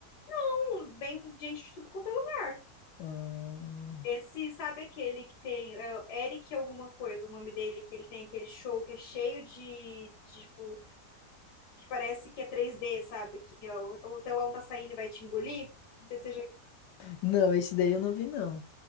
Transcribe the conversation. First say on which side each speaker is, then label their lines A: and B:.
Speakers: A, on the left; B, on the left.
A: tipo, vem gente de tudo quanto é lugar.
B: Hum,
A: Esse, sabe aquele que tem, é o Eric alguma coisa, o nome dele, que ele tem aquele show que é cheio de, tipo, que parece que é 3D, sabe? Que ó, o telão tá saindo e vai te engolir. Não sei se seja...
B: não, esse daí eu não vi, não.